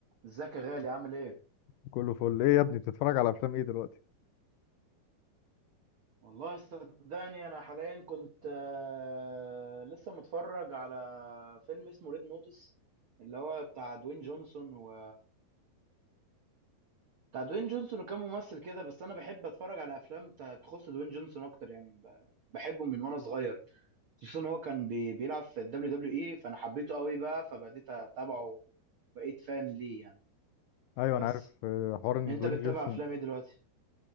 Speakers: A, on the right (about 50°); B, on the left (about 80°).
A: ازيك يا غالي عامل ايه؟
B: كله فل ايه يا ابني بتتفرج على افلام ايه دلوقتي
A: والله صدقني انا حاليا كنت آه، لسه متفرج على فيلم اسمه ريد نوتس اللي هو بتاع دوين جونسون و بتاع دوين جونسون وكام ممثل كده بس انا بحب اتفرج على افلام ت- تخص دوين جونسون اكتر يعني ب- بحبه من وانا صغير خصوصا ان هو كان بي- بيلعب في الدبليو دبليو اي فانا حبيته قوي بقى فبديت اتابعه بقيت فان ليه يعني
B: ايوه
A: بس
B: انا عارف آه، حوار ان
A: انت
B: دوين
A: بتتابع
B: جونسون
A: افلام ايه دلوقتي؟